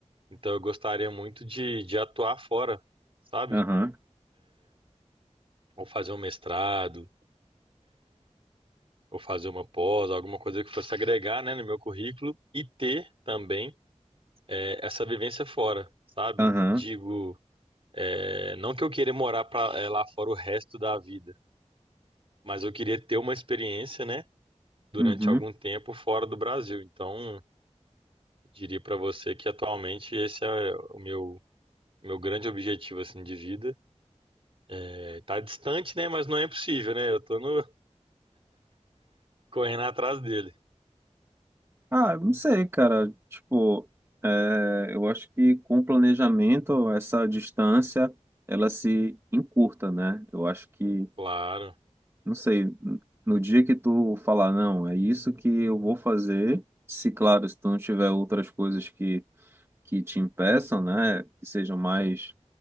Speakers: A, on the right; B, on the right.
A: então eu gostaria muito de, de atuar fora, sabe?
B: aham,
A: Ou fazer um mestrado, ou fazer uma pós, alguma coisa que fosse agregar, né, no meu currículo e ter também é, essa vivência fora. Sabe?
B: aham,
A: Digo, é, não que eu queira morar pra, é, lá fora o resto da vida, mas eu queria ter uma experiência, né? durante
B: uhum.
A: algum tempo fora do Brasil. Então, diria para você que atualmente esse é o meu meu grande objetivo assim de vida. É, tá distante, né, mas não é impossível, né? Eu tô no- correndo atrás dele.
B: Ah, eu não sei, cara. Tipo, é, eu acho que com o planejamento, essa distância, ela se encurta, né? Eu acho que
A: Claro.
B: não sei, no dia que tu falar, não, é isso que eu vou fazer, se claro, se tu não tiver outras coisas que, que te impeçam, né, que sejam mais